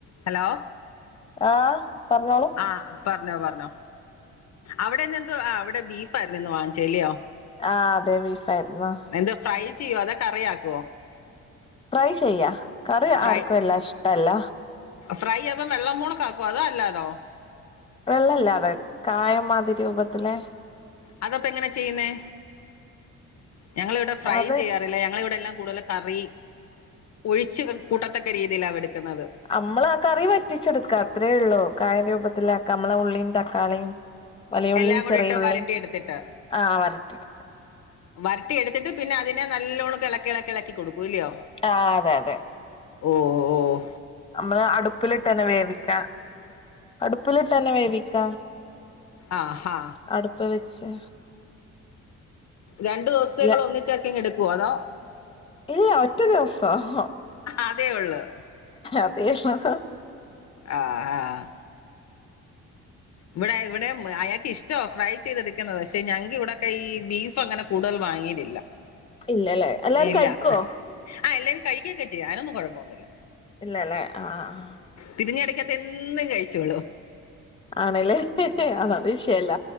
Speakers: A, on the left; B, on the left.
A: Hello
B: ആഹ് പർഞ്ഞോളൂ.
A: ആഹ് പർഞ്ഞോ പർഞ്ഞോ അവടെ ഇന്ന് എന്തുവാ ആഹ് അവടെ ബീഫ് ആയിര്ന്ന് ഇന്ന് വാങ്ങിച്ചത് അല്ലയോ.
B: ആഹ്, അതെ ബീഫായിരുന്നു
A: എന്താ ഫ്രൈ ചെയ്യോ അതോ കറിയാക്കോ.
B: ഫ്രൈ ചെയ്യാ കറി
A: ഫ്രൈ
B: ആർക്കുവല്ലാതെ ഇഷ്ടവല്ല.
A: ഫ്രൈ ആക്കുമ്പൊ വെള്ളം പോണോക്കെ ആക്കോ അതോ അല്ലാതോ
B: വെള്ളല്ലാഅതായത് കായംമാതിരി രൂപത്തില്
A: അതപ്പ എങ്ങനെ ചെയ്യുന്നേ ഞങ്ങളിവിടെ ഫ്രൈ
B: അത്
A: ചെയ്യാ റില്ല ഞങ്ങളിവിടെ എല്ലാം കൂട്തല് കറി ഒഴിച്ച് കൂട്ടത്തക്ക രീതിയിലാണ് എട്ക്ക്ന്നത്.
B: അമ്മളാ കറി വറ്റിച്ചെട്ക്കാ അത്രേ ഉള്ളൂ. കായം രൂപത്തിലാക്ക, അമ്മളെ ഉള്ളീം ത ക്കാളിം വലിയ ഉള്ളിം
A: എല്ലാം കൂടി
B: ചെറിയ
A: ഇട്ട്
B: ഉള്ളി
A: വരട്ടി എടുത്തിട്ട്
B: ആഹ് വരട്ടിയെട്ക്ക
A: വരട്ടി എട്ത്തിട്ട് പിന്നെ അതിനെ നല്ലോണംക്കെ എളക്കി എളക്കി എളക്കി കൊടുക്കുല്ലിയോ
B: ആഹ് അതെ അതെ
A: ഓഹ് ഓഹ്
B: നമ്മള് അടുപ്പിലിട്ട്ന്നെ വേവിക്ക അടുപ്പിലിട്ട് തന്നെ വേവിക്ക
A: ആഹ് ഹാ
B: അടുപ്പിൽ വെച്ച്
A: രണ്ടു ദിവസത്തേക്കുളളത്
B: ഇല്ല
A: ഒന്നിച്ചാക്കിയങ്ങ് എടുക്കുവോ അതോ
B: ഇല്ല ഒറ്റ ദിവസം
A: അതേ ഉള്ളൂ
B: അതേ <unintelligible>
A: ആഹ് ആഹ് ഇവടെ ഇവടേം അയാക്ക് ഇഷ്ടവാ ഫ്രൈ ചെയ്തെട്ക്ക്ന്നത്. പക്ഷെ ഞങ്ങക്ക് ഇവിടെയൊക്കെ ഈ ബീഫ് അങ്ങനെ കൂടുതൽ വാങ്ങേലില്ല.
B: ഇല്ലല്ലേ എല്ലാരും
A: ഇല്ല.
B: കഴിക്കോ
A: ആഹ് എല്ലാരും കഴിക്ക്യോക്കെ ചെയ്യും. അതിനൊന്നും കൊഴപ്പമൊന്നുമില്ല.
B: ഇല്ലല്ലേ ആഹ് ആഹ്
A: തിരിഞ്ഞു കടിക്കാത്ത എന്തും കഴിച്ച് കൊള്ളു
B: ആണ്ല്ലേ അത്‌ അത് വിഷയല്ല.